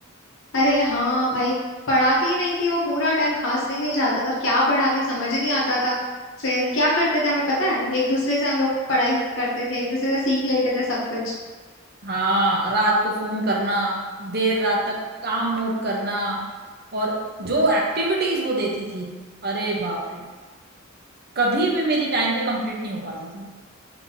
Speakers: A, on the left (about 65°); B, on the right (about 50°).
A: अरे हाँ भाई पढ़ाती ही नहीं थी वो पूरा टाइम खांसने में ही जाता था और क्या पढ़ाती समझ ही नहीं आता था फिर क्या करते थे हमें पता है एक दूसरे से हम लोग पढ़ाई करते थे एक दूसरे से सीख लेते थे सब कुछ
B: हाँ रात को फोन करना देर रात तक काम नोट करना और जो एक्टिविटीज वो देती थी अरे बाप रे कभी भी मेरी टाइम पे कंप्लीट नहीं हो पाती थी